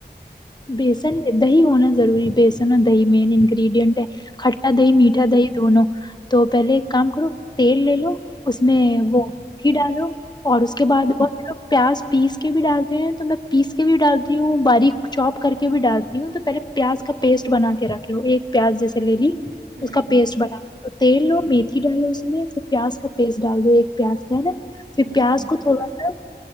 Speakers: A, on the left; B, on the right.
A: بیسن دہی ہونا ضروری بیسن اور دہی مین انگریڈینٹ ہے کھٹا
B: ہم،
A: دہی میٹھا دہی دونوں تو پہلے ایک کام کرو تیل لے لو اس میں
B: ہم،
A: وہھی ڈالو اور اس کے بعد بہت لوگ پیاز پیس کے بھی ڈالتے ہیں تو میں پیس کے بھی ڈالتی ہوں باریک چوپ کر کے بھی ڈالتی ہوں تو پہلے پیاز کا پیسٹ بنا کے رکھ لو ایک پیاز جیسے لے لی
B: ہم،
A: اس کا پیسٹ بنانا تیل لو میتھی ڈالو اس میں پھر پیاز کا پیسٹ ڈال دو ایک پیاز کیا ہے نا پھر
B: ہم،
A: پیاز
B: ہم،
A: کو تھوڑا سا